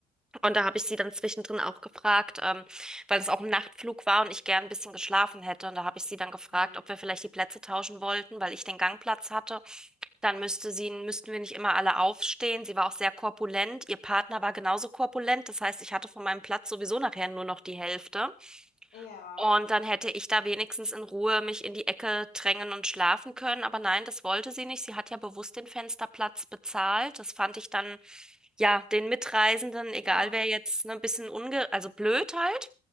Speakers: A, in the centre; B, on the left.
A: Und da habe ich sie dann zwischendrin auch gefragt, ähm, weil es auch ein Nachtflug war und ich gern ein bisschen geschlafen hätte. Und da habe ich sie dann gefragt,
B: mhm.
A: ob wir vielleicht die Plätze tauschen wollten, weil ich den Gangplatz hatte. Dann müsste sie, müssten wir nicht immer alle aufstehen. Sie war auch sehr korpulent. Ihr Partner war genauso korpulent. Das heißt, ich hatte von meinem Platz sowieso nachher nur noch die Hälfte.
B: Ja,
A: Und dann hätte ich da wenigstens in Ruhe mich in die Ecke drängen und schlafen können. Aber nein, das wollte sie nicht. Sie hat ja bewusst den Fensterplatz bezahlt. Das fand ich dann, ja, den Mitreisenden, egal
B: ja,
A: wer jetzt, ne, ein bisschen unge, also blöd halt.